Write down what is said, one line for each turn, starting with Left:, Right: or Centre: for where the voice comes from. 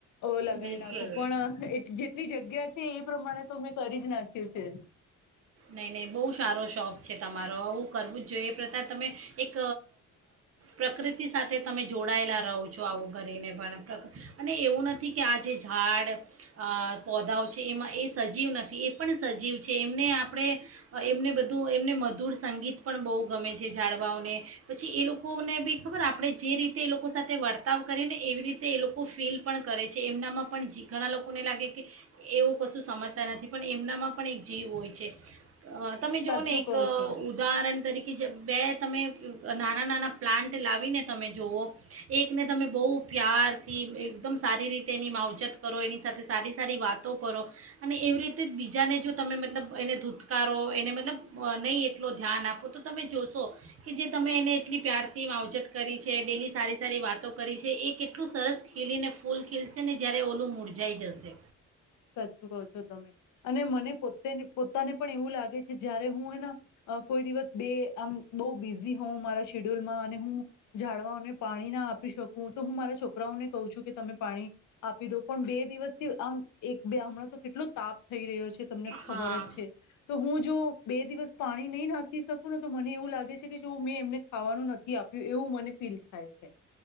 Left: ઓ લગી
Right: બિલકુલ
Left: નાખું પણ જેટલી જગ્યા છે. એ પ્રમાણે તો મેં કરી જ નાખ શ છે.
Right: નહી નહી બહુ સારો શોખ છે. તમારો આવું કરવું જ જોઈએ. એ પ્રથા તમે એક પ્રકૃતિ સાથે તમે જોડાયેલા રહો છો, આવું કરીને પણ અને એવું નથી. કે, આ જે ઝાડ પોધાઓ છે. એમાં એ સજીવ નથી. એ પણ સજીવ છે. એમને આપ આપણે એમને બધું એમને મધુર સંગીત પણ બહુ ગમે છે. જાળવાઓને પછી, એ લોકોને બી ખબર આપણે જે રીતે એ લોકો સાથે વર્તાવ કરીએ, ને એવી રીતે એ લોકો ફીલ પણ કરે છે એમનામાં પણ જ ઘણા લોકોને લાગે કે એવું કશું સમજતા નથી. પણ, એમનામાં પણ એક જીવ હોય છે. અ તમે જોઓ
Left: સાચું
Right: ને એક
Left: કહું છું
Right: ઉદાહરણ તરીકે કે, જે બે તમે નાના નાના પ્લાન્ટ લાવીને તમે જુઓ એકને તમે બહુ પ્યારથી એકદમ સારી રીતે એની માવજત કરો એની સાથે સારી સારી વાતો કરો. અને એવી રીતે જ બીજાને જો તમે મતલબ એને ધૂ છુટકારો એને મતલબ નહીં, એટલો ધ્યાન આપો તો તમે જોશો કે જે તમે એને એટલી પ્યારથી માવજત કરી છે. ડેલી સારી સારી વાતો કરી છે. એ કેટલું સરસ ખીલીને ફૂલ ખીલશે ને જ્યારે, ઓલું મૂળજાઈ જશે.
Left: સાચું કહ છો તમે અને મને પોતેને પોતાને પણ એવું લાગે છે. જયારે હું હેને કોઈ દિવસ બે આમ બહુ બિઝી હોઉં મારા શેડ્યુલમાં અને હું ઝડવાઓને પાણી ના આપી શકું, તો હું મારા છોકરાઓને કહ છું. કે તમે પાણી આપી દો પણ બે દિવસથી આમ એક બે હમણાં તો કેટલો તાપ થઈ રહ્યો છે. તમને ખબર
Right: હા
Left: જ છે. તો હું જો બે દિવસ પાણી નહી નાખી શકું. ને તો મને એવું લાગે છે. કે જો મેં એમને ખાવાનું નથી આપ્યું એવું મને ફીલ થાય છે.